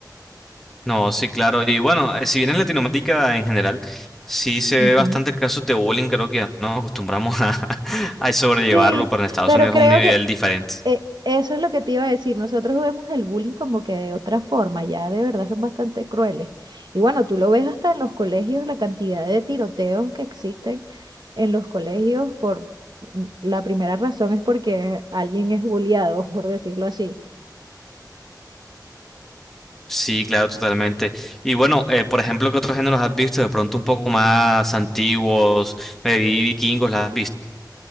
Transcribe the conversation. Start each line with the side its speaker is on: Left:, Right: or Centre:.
Centre: No, sí, claro. Y bueno, eh, si bien en Latinoamérica en general, sí se
Right: Ujú.
Centre: ve bastante casos de bullying, creo que ya nos acostumbramos a, <laughs> a sobrellevarlo,
Right: Sí,
Centre: pero en Estados
Right: pero
Centre: Unidos
Right: creo
Centre: es un nivel
Right: que
Centre: diferente.
Right: eh, eso es lo que te iba a decir. Nosotros vemos el bullying como que de otra forma, ya de verdad son bastante crueles. Y bueno, tú lo ves hasta en los colegios, la cantidad de tiroteos que existen en los colegios por mm, la primera razón es porque alguien es bulleado, <laughs> por decirlo así.
Centre: Sí, claro, totalmente. Y bueno, eh, por ejemplo, ¿qué otros géneros has visto? De pronto un poco más antiguos, me vi vikingos, ¿las has visto?